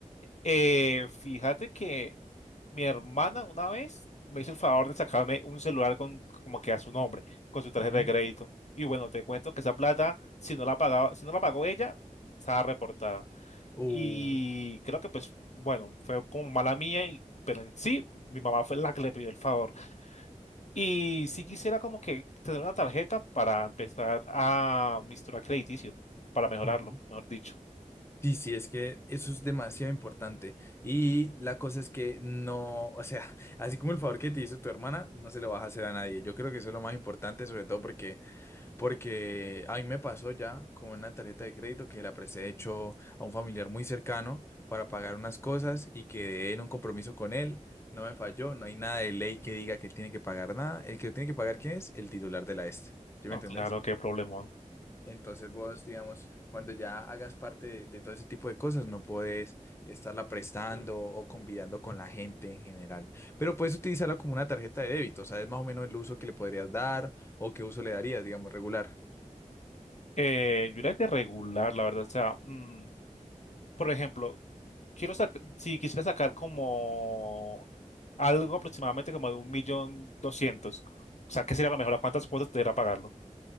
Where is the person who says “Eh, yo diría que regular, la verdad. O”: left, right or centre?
Left